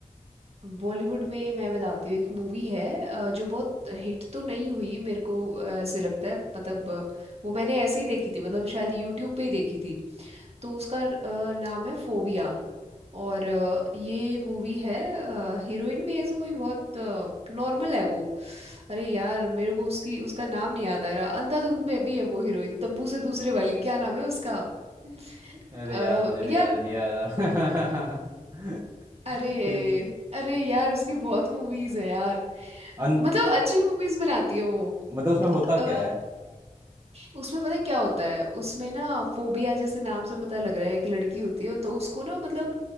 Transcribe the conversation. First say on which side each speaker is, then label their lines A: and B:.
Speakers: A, on the right; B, on the right.
A: बॉलीवुड में मैं बताती हूँ एक मूवी है अ, जो बहुत हिट तो नहीं हुई मेरे को अ, ऐसे लगता है मतलब अ, वो मैंने ऐसे ही देखी थी मतलब शायद यूट्यूब पे ही देखी थी तो उसका अ, नाम है फोबिया और अ, ये मूवी है हीरोइन भी ऐसे कोई बहुत नॉर्मल है वो अरे यार मेरे को उसकी उसका नाम नहीं याद आ रहा अंधाधुंध में भी है वो हीरोइन तब्बू से दूसरे वाली क्या नाम है उसका <laughs>
B: अरे
A: अ,
B: यार मुझे भी
A: यार
B: याद नहीं आ रहा <laughs>
A: अरे
B: तो,
A: अरे यार उसकी बहुत मूवीज है यार
B: अन,
A: मतलब अच्छी मूवीज बनाती है वो
B: मतलब उसमें होता
A: अ,
B: क्या है
A: उसमें पता है क्या होता है उसमें ना फोबिया जैसे नाम से पता लग रहा है एक लड़की होती है तो उसको ना मतलब